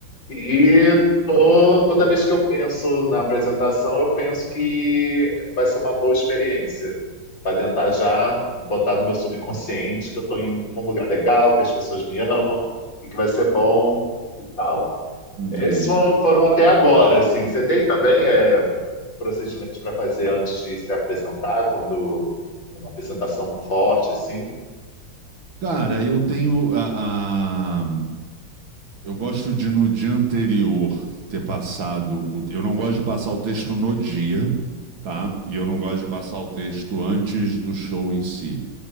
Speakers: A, on the left; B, on the right.
A: E tô- toda vez que eu penso na apresentação, eu penso que vai ser uma boa experiência. Para tentar já botar no meu subconsciente que eu estou indo para um lugar legal, que as pessoas me amam e que vai ser bom e tal.
B: Entendi.
A: Esses foram, foram até agora, assim. Você tem também é, procedimentos para fazer antes de se apresentar, quando uma apresentação forte, assim?
B: Cara, eu tenho a, a- Eu gosto de no dia anterior ter passado o... Eu não gosto de passar o texto no dia, tá? E eu não gosto de passar o texto antes do show em si.